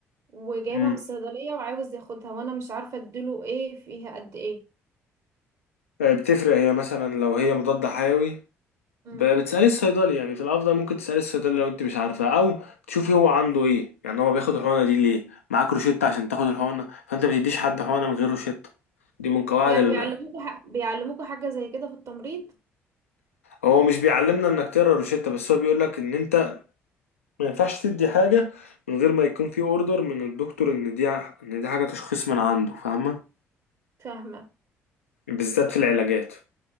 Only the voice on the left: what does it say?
مم.
آه، بتفرق هي مثلا لو هي مضاد حيوي
ب- بتسألي الصيدلي يعني في الافضل ممكن تسألي الصيدلي لو انت مش عارفه او تشوفي هو عنده ايه يعني هو بياخد الحقنه دي ليه معاك روشته عشان تاخد الحقنه فانت ما تديش حد حقنه من غير روشته دي من قواعد
ال...
هو مش بيعلمنا انك تقرا روشته بس هو بيقول لك ان انت ما ينفعش تدي حاجة من غير ما يكون في اوردر من الدكتور ان دي ان دي حاجة تشخيص من عنده فاهمة
بالذات في العلاجات